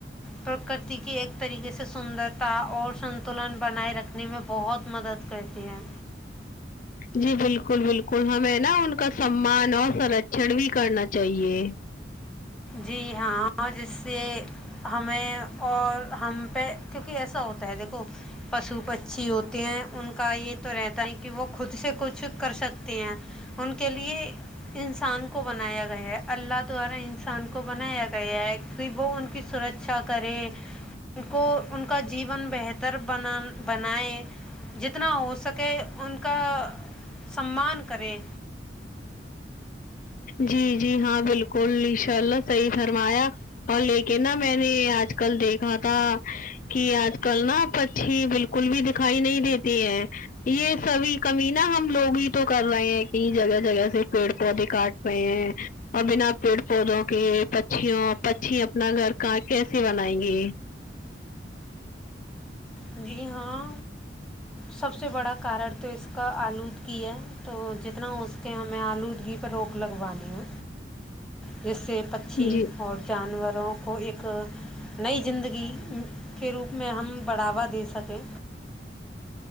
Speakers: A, in the centre; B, on the left.
A: پرکرتی کی ایک طریقے سے سندرتا اور سنتولن بنائے رکھنے میں بہت مدد کرتی ہیں
B: جی بالکل بالکل ہمیں نا ان کا سمان اور سرچن بھی کرنا چاہیے
A: جی ہاں جس سے ہمیں اور ہم پہ کیونکہ ایسا ہوتا ہے دیکھو پشو پچھی ہوتے ہیں ان کا یہ تو رہتا ہے کہ وہ خود سے کچھ کر سکتے ہیں ان کے لیے انسان کو بنایا گیا ہے اللہ دوارا ان انسان کو بنایا گیا ہے کہ وہ ان کی سرکچا کرے ان کو ان کا جیون بہتر بان بنائے جتنا ہو سکے ان کا سمان کریں
B: جی جی ہاں بالکل انشا اللہ صحیح فرمایا اور لے کے نا میں نے آج کل دیکھنا تھا کہ آج کل نا پکچھی بالکل بھی دکھائی نہیں دیتے ہے یہ سبھی کمی نا ہم لوگ ہی تو کر رہے ہیں کہ جگہ جگہ سے پیڑ پودے کاٹ رہے ہے اور بنا پیڑ پودوں کے پچہیںو پچھی اپنا گھر کا کیسے بنائیں گے
A: جی ہاں سب سے بڑا کارن تو اس کا آلود کی ہے تو جتنا ےہو سکے ہمیں آلودگی پ روک لگوانی ہے جس سے پکچہ
B: جی
A: اور <unintelligible> جانوروں کو ایک نئی زندگی ام کے روپ میں ہم بڑھاوا دے سکے